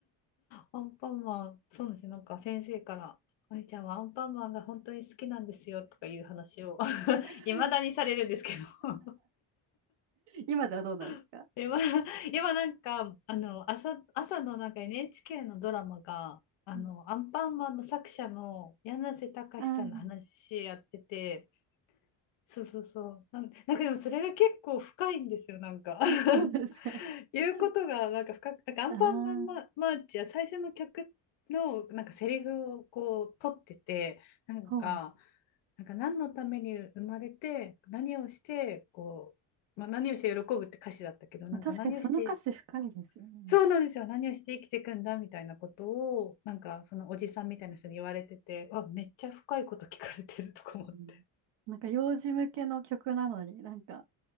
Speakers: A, on the left; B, on the right.
A: アンパンマン、そうなんですよ、なんか先生から、あゆちゃんはアンパンマンが本当に好きなんですよとかいう話を <laughs>
B: <laughs>
A: いまだにされるんですけど
B: 今ではどうなんですか
A: <laughs> 今、今なんか、あの、朝、朝のなんか NHK のドラマが、あの、
B: うん
A: アンパンマンの作者の柳瀬隆さんの話やってて、
B: あー
A: そうそうそう。なん、なんかでもそれが結構深いんですよ、なんか。
B: あ、
A: <laughs>
B: そうですか。
A: 言うことがなんか深く、
B: <laughs>
A: なんかアンパンマンママーチや最初の曲のなんかセリフをこう取ってて、
B: ああ、
A: なんか、
B: ほう。
A: なんか何のために生まれて、何をして、こう、まあ、何をして喜ぶって歌詞だったけど、なんか何をして、
B: まあ確かにその歌詞深いですよね。
A: そうなんですよ、何をして生きていくんだみたいなことを、なんかそのおじさんみたいな人に言われてて、わめっちゃ深いこと聞かれてるとか思って。
B: うん。なんか幼児向けの曲なのになんか